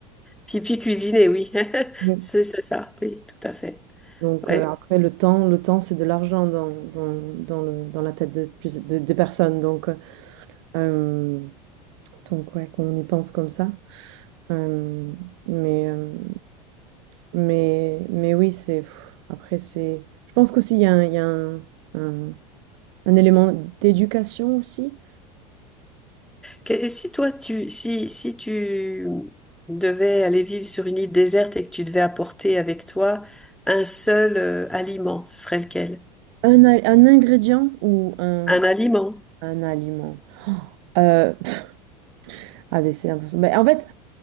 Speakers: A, in the centre; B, on the right.
A: Puis, puis cuisiner, oui. <laughs>
B: Oui.
A: C'est c'est ça, oui, tout à fait.
B: Donc
A: Ouais.
B: euh, après le temps, le temps c'est de l'argent dans, dans, dans le dans la tête de plus de, des personnes. Donc euh, Donc ouais, qu'on y pense comme ça. Euh, mais, euh, mais, mais oui, c'est... pff, Après, c'est... Je pense qu'aussi, il y a un, il y a un, un- un élément d'éducation aussi.
A: Que- Et si toi, tu, si, si tu devais aller vivre sur une île déserte et que tu devais apporter avec toi un seul euh, aliment, ce serait lequel?
B: Un, al- un ingrédient ou un,
A: Un aliment.
B: un aliment. Euh, pff, ah mais c'est intéressant. Mais en fait,